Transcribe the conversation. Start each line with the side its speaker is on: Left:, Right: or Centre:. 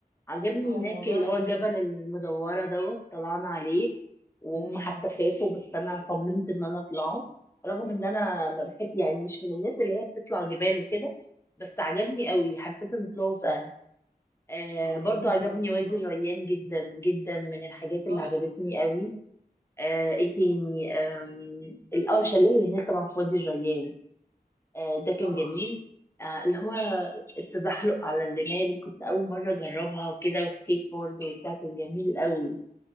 Left: عجبني
Right: الموضوع
Left: هناك اللي
Right: لذيذ
Left: هو الجبل المدورة دوت طلعنا عليه وهم
Right: مم.
Left: حتى خافوا بس أنا صممت إن أنا أطلعه رغم إن أنا ما بحب يعني مش من الناس اللي هي بتطلع جبال وكده بس عجبني قوي حسيت إن طلوعه سهل آه
Right: هو
Left: برضو
Right: جميل
Left: عجبني
Right: قوي الصراحة
Left: وادي الريان جدا جدا من الحاجات اللي
Right: تحفة
Left: عجبتني قوي آه ايه تاني آم، ال- اه الشلال اللي هناك طبعا في وادي الريان آه ده كان
Right: طبعا
Left: جميل آه اللي هو التزحلق على الرمال كنت أول مرة أجربها وكده وسكيت بورد وبتاع كان جميل قوي